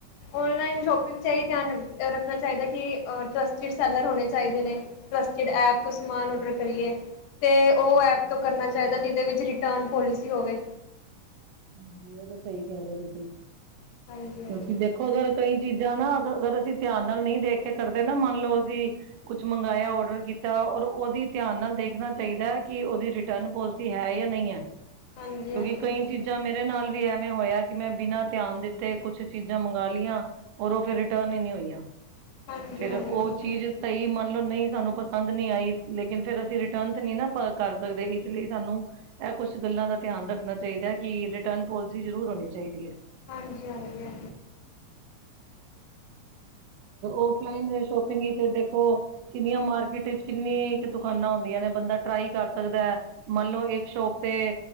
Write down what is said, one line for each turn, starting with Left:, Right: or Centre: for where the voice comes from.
Left: ਔਨਲਾਈਨ ਸ਼ੋਪ ਇਹੀ
Right: ਹਾਂਜੀ,
Left: ਧਿਆਨ ਰੱਖਣਾ ਚਾਹੀਦਾ, ਕਿ ਟਰੱਸਟਡ ਸੈਲਰ ਹੋਣੇ ਚਾਹੀਦੇ ਨੇ ਟਰੱਸਟਡ ਐਪ ਤੋਂ ਸਮਾਨ
Right: ਹਾਂਜੀ,
Left: ਔਡਰ ਕਰੀਏ, ਤੇ ਉਹ ਐਪ
Right: ਹਾਂਜੀ।
Left: ਤੋਂ ਕਰਨਾ ਚਾਹੀਦਾ ਜਿਹਦੇ ਵਿੱਚ ਰਿਟਰਨ ਪੋਲਿਸੀ ਹੋਵੇ।
Right: ਹਾਜੀ ਉਹ ਤਾਂ ਸਹੀ ਕਹਿ ਰਹੇ ਤੁਸੀਂ
Left: ਹਾਂਜੀ ਹਾਂਜੀ।
Right: ਕਿਉਂਕਿ ਦੇਖ ਅਗਰ ਕਈ ਚੀਜ਼ਾਂ ਨਾ ਅਗਰ ਅਸੀਂ ਧਿਆਨ ਨਾਲ ਨਈ ਦੇਖ ਕੇ ਕਰਦੇ ਨਾ ਮੰਨ ਲਓ ਅਸੀਂ ਕੁਛ ਮੰਗਾਇਆ ਕੀਤਾ ਔਰ ਉਹਦੀ ਧਿਆਨ ਨਾਲ ਦੇਖਣਾ ਚਾਹੀਦਾ ਕਿ ਉਹਦੀ ਰਿਟਰਨਲ ਪੋਲ ਹੈ ਜਾਂ ਨਈ ਐ
Left: ਹਾਂਜੀ
Right: ਕਿਉਂਕਿ
Left: ਹਾਂਜੀ
Right: ਕਈ
Left: ਹਾਂਜੀ
Right: ਚੀਜ਼ਾਂ ਮੇਰੇ ਨਾਲ ਵੀ ਐਵੇਂ ਹੋਇਆ ਕਿ ਮੈਂ ਬਿਨਾਂ ਧਿਆਨ ਦਿੱਤੇ ਕੁਛ ਚੀਜ਼ਾਂ ਮੰਗਾ ਲੀਆਂ। ਔਰ ਉਹ ਫਿਰ ਰਿਟਰਨ ਹੀ ਨੀ ਹੋਈਆਂ
Left: ਹਾਂਜੀ
Right: ਫਿਰ
Left: ਹਾਂਜੀ ਹਾਂਜੀ
Right: ਉਹ ਚੀਜ਼ ਸਹੀ ਮੰਨ ਲਓ ਨਈ ਸਾਨੂੰ ਪਸੰਦ ਨੀ ਆਈ ਲੇਕਿਨ ਫਿਰ ਅਸੀਂ ਰਿਟਰਨ ਤੇ ਨੀ ਨਾ ਕਰ ਸਕਦੇ ਇਸ ਲਈ ਸਾਨੂੰ ਇਹ ਕੁਛ ਗੱਲਾਂ ਦਾ ਧਿਆਨ ਚਾਹੀਦਾ ਐ ਕਿ ਰਿਟਰਨ ਪੋਲਿਸੀ ਜਰੂਰ ਹੋਣੀ ਚਾਹੀਦੀ ਐ।
Left: ਹਾਂਜੀ-ਹਾਂਜੀ-ਹਾਂਜੀ
Right: ਔਫਲਾਈਨ ਦੇ ਸ਼ੋਪਿੰਗ ਵਿਚ ਦੇਖੋ ਕਿੰਨੀਆਂ ਮਾਰਕੀਟ ਚ ਕਿੰਨੀ ਕੁ ਦੁਕਾਨਾਂ ਹੁੰਦੀਆਂ ਨੇ ਬੰਦਾ ਟਰਾਈ ਕਰ ਸਕਦਾ ਐ। ਮੰਨ ਲਓ ਇੱਕ ਸ਼ੋਪ ਤੇ